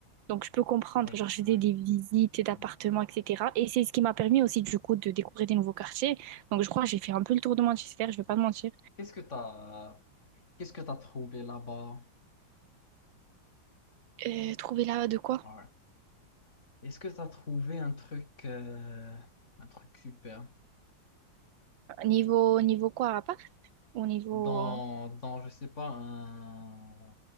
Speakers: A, on the right; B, on the left.
A: Donc, je peux comprendre.
B: Oui,
A: Genre, je
B: oui.
A: faisais des visites d'appartements,
B: oui.
A: etc. Et c'est ce qui m'a permis aussi, du coup, de découvrir des nouveaux quartiers. Donc, je crois que j'ai fait un peu le tour de Manchester, je vais pas te mentir.
B: Qu'est-ce que t'as, qu'est-ce que t'as trouvé là-bas?
A: Euh, trouver là de quoi?
B: Ouais. Est-ce que t'as trouvé un truc, euh, un truc super
A: Niveau, niveau quoi, à part? Au niveau...
B: dans, dans, je sais pas, un,